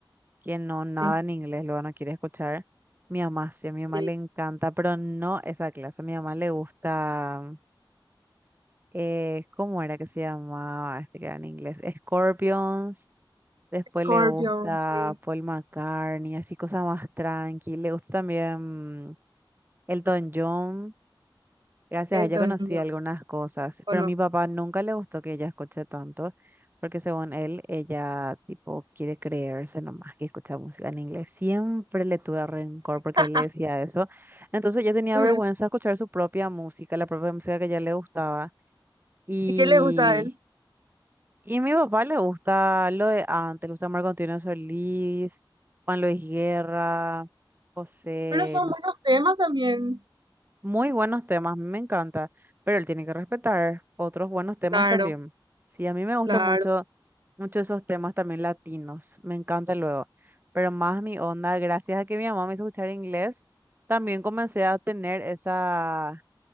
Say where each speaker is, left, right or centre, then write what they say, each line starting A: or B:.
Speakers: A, on the right; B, on the right.
A: Que no nada
B: sí,
A: en inglés, luego no quiere escuchar. Mi mamá sí, a
B: sí,
A: mi mamá le encanta, pero no esa clase, a mi mamá le gusta eh, ¿cómo era que se llamaba este que era en inglés? Scorpions Después
B: Scorpion,
A: le gusta
B: sí,
A: Paul McCartney, así cosas más tranqui. Le gusta también Elton John. Gracias
B: Elton
A: a ella conocí
B: John,
A: algunas cosas,
B: ¿o
A: pero
B: no?
A: a mi papá nunca le gustó que ella escuche tanto, porque según él, ella tipo quiere creerse nomás que escucha música en inglés. Siempre le tuve rencor porque
B: <laughs>
A: él le decía eso. Entonces yo tenía
B: Ujú.
A: vergüenza de escuchar su propia música, la propia música que a ella le gustaba. y
B: ¿Y qué le gusta a él?
A: y a mi papá le gusta lo de antes, le gusta Marco Antonio Solís, Juan Luis Guerra, José,
B: Pero son
A: no
B: buenos
A: sé,
B: temas también.
A: muy buenos temas, me encanta, pero él tiene que respetar otros buenos temas
B: Claro,
A: también. Sí, a mí me gustan
B: claro.
A: mucho, mucho esos temas también latinos, me encanta luego, pero más mi onda, gracias a que mi mamá me hizo escuchar inglés, también comencé a tener esa,